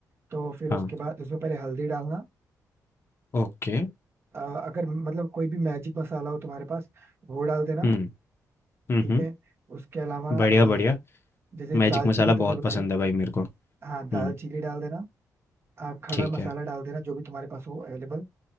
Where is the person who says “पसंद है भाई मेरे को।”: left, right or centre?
Left